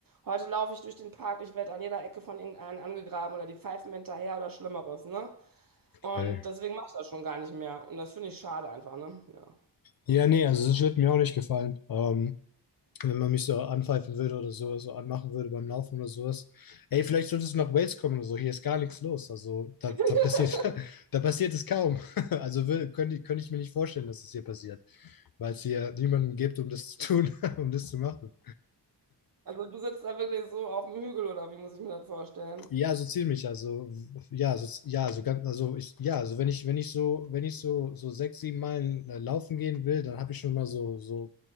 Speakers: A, on the right; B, on the left.
A: Heute laufe ich durch den Park, ich werde an jeder Ecke von irgendeinem angegraben oder die pfeifen mir hinterher oder Schlimmeres. Ne?
B: okay.
A: Und deswegen mache ich das schon gar nicht mehr. Und das finde ich schade einfach. Ne? Ja.
B: Ja, nee, also das wird mir auch nicht gefallen. Ähm, wenn man mich so anpfeifen würde oder so, so anmachen würde beim Laufen oder sowas. Ey, vielleicht solltest du nach Wales kommen oder so, hier ist gar nichts los. Also da,
A: <laughs>
B: da passiert, <laughs> da passiert es kaum. <laughs> Also will, könnte, ich- könnte ich mir nicht vorstellen, dass das hier passiert, weil es hier niemanden gibt, um das zu tun, <laughs> um das zu machen.
A: Also du sitzt da wirklich so auf dem Hügel oder wie muss ich mir das vorstellen?
B: Ja, so ziemlich. Also, ja, so, ja, so ganz, also ich, ja, also wenn ich, wenn ich so, wenn ich so, so sechs, sieben Meilen äh, laufen gehen will, dann habe ich schon mal so, so